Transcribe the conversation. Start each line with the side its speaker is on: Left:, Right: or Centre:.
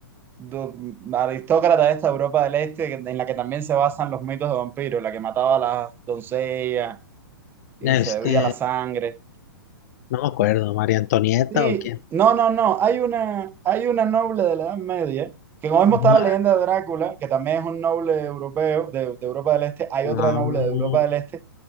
Right: do- aristócrata de esta Europa del Este, que- en la que también se basan los mitos de vampiros, la que mataba a las doncellas y se
Left: Este,
Right: bebía la sangre.
Left: no me acuerdo, María Antonieta
Right: Sí,
Left: o quién.
Right: no, no, no. Hay una, hay una noble de la Edad Media, que como vemos está
Left: Ma-
Right: la leyenda de Drácula, que también es un noble europeo de, de Europa del Este. Hay
Left: No,
Right: otra noble de Europa del Este